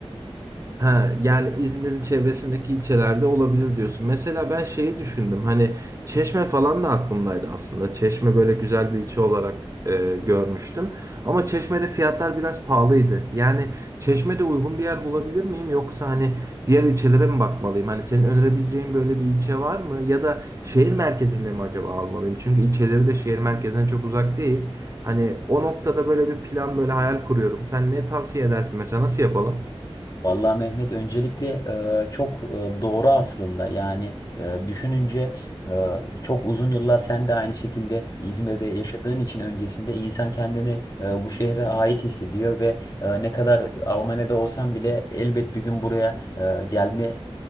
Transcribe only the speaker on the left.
Vallahi Mehmet öncelikle e, çok e, doğru aslında yani e, düşününce e, çok uzun yıllar sen de aynı şekilde İzmir'de yaşadığın için öncesinde insan kendini e, bu şehre ait hissediyor ve e, ne kadar Almanya'da olsan bile elbet bir gün buraya e, gelme